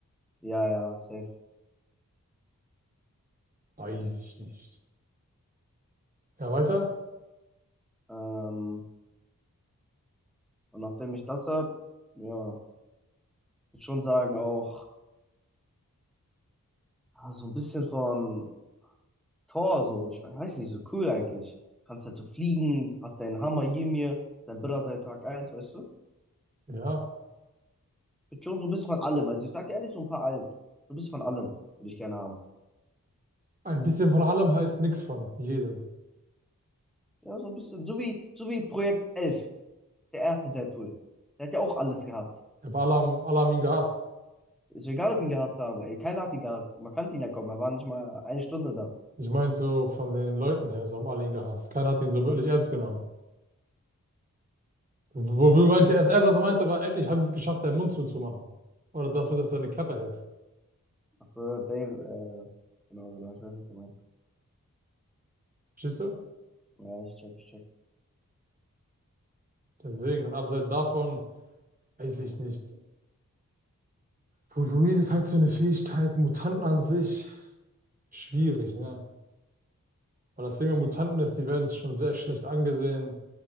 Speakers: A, in the centre; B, on the right.
A: Ja, ja, safe.
B: Weiß ich nicht. Ja, weiter?
A: Ähm, und nachdem ich das hab, ja, würde schon sagen, auch ah, so ein bisschen von Thor, so, ich weiß nicht, so cool eigentlich. Kannst halt so fliegen, hast deinen Hammer Ymir, dein Bruder seit Tag eins weißt du?
B: Ja.
A: Big John, so ein bisschen von allem. Also ich sag ehrlich, so ein paar alt. So ein bisschen von allem würde ich gerne haben.
B: Ein bisschen von allem heißt nichts von jedem.
A: Ja, so ein bisschen. So wie, so wie Projekt Elf der erste Deadpool. Der hat ja auch alles gehabt.
B: Aber alle haben, alle haben ihn gehasst.
A: Ist mir egal, ob ich ihn gehasst habe. Ey, keiner hat ihn gehasst. Man kannte ihn ja kommen. Er war nicht mal eine Stunde da.
B: Ich meine so von den Leuten her, so haben alle ihn gehasst. Keiner hat ihn so
A: Ja,
B: wirklich
A: okay.
B: ernst genommen. Wofür meinte
A: okay.
B: er es erst, was er meinte, war, endlich haben sie es geschafft, deinen Mund zuzumachen. Oder dafür, dass du deine Klappe hältst.
A: Ach so, Dave, äh, genau, genau, ich weiß, was du meinst.
B: Verstehst du?
A: Ja, ich check, ich check.
B: Deswegen. Und abseits davon, weiß ich nicht. Wolverine ist halt so eine Fähigkeit, Mutanten an sich. Schwierig, ne? Weil das Ding an Mutanten ist, die werden schon sehr schlecht angesehen.